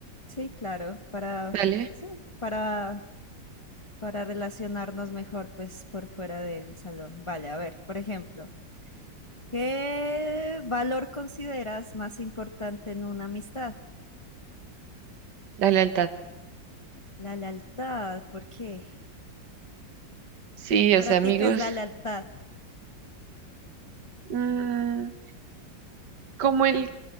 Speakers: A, on the left; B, on the right.
A: sí, claro, para,
B: dale,
A: sí, para, para relacionarnos mejor pues por fuera del salón. Vale, a ver, por ejemplo, ¿qué valor consideras más importante en una amistad?
B: la lealtad.
A: La lealtad, ¿por qué?
B: Sí,
A: Para
B: o sea,
A: ti,
B: amigos,
A: ¿qué es la lealtad?
B: mm, como el